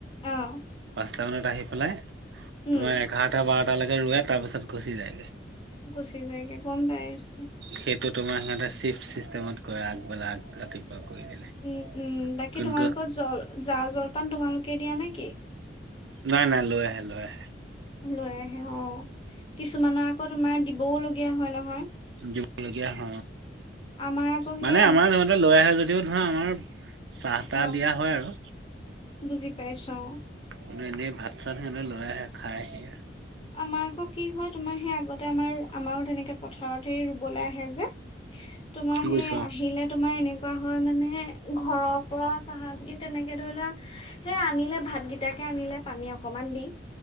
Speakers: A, on the left; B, on the right.
A: অ',
B: পাঁচটা মানত আহি পেলাই
A: উম,
B: তোমাৰ এঘাৰটা বাৰটালৈকে ৰোৱে তাৰপিছত গুচি যায়গে।
A: গুচি যায়গে গম <unintelligible>
B: সেইটো তোমাৰ সিহঁতে চিফট চিষ্টেমত কৰে আগবেলা আগ ৰাতিপুৱা কৰি দিলে
A: উম-উম বাকী
B: কিন্তু
A: তোমালোকৰ জল জা জলপান তোমালোকে দিয়া নেকি?
B: নাই-নাই লৈ আহে লৈ আহে।
A: লৈ আহে অ কিছুমানৰ আকৌ তোমাৰ দিবও লগগীয়া হয় নহয়
B: দিব লগগীয়া হ
A: আমাৰ আকৌ
B: মানে
A: সেই
B: আমাৰ সহতে লৈ আহে যদি ও ধৰা আমাৰ চাহ তাহ
A: অ
B: দিয়া হয় আৰু
A: বুজি পাইছো অ
B: মানে এনে ভাত চাত সিহঁ লৈ আহে খাই আহে
A: আমাৰ আকৌ কি হয় তোমাৰ সেই আগতে আমাৰ আমাৰো তেনেকে পথাৰত হে ৰুবলৈ আহে যে। তোমাৰ
B: বুজিছ
A: সেই আহিলে তোমাৰ এনেক। কোৱা হয় মানে ঘৰৰ পৰা চাহান দি তেনেকে ধৰি লোৱা সেই আনিলে ভাত গেইটাকে। আনিলে পানী অকণমান দি